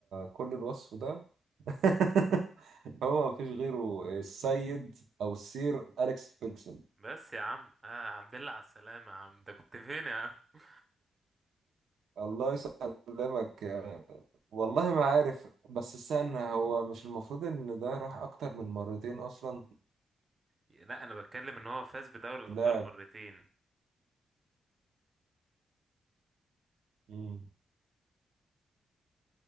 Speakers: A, on the right; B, on the right.
A: كل الوصف ده <laughs> هو مفيش غيره السيد او السير اليكس فيرجسون
B: بس يا عم آه الحمد لله على السلامة يا عم ده كنت فين يا عم
A: الله يسلمك يا- والله ما عارف بس استنى هو مش المفروض ان ده راح اكتر من مرتين اصلا
B: لا انا بتكلم ان هو فاز بدوري الابطال
A: لاعب
B: مرتين
A: مم.